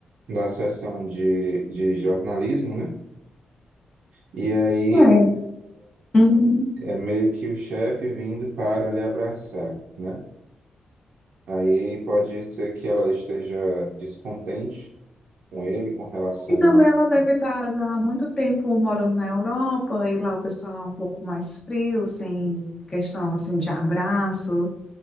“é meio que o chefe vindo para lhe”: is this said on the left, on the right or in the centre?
Right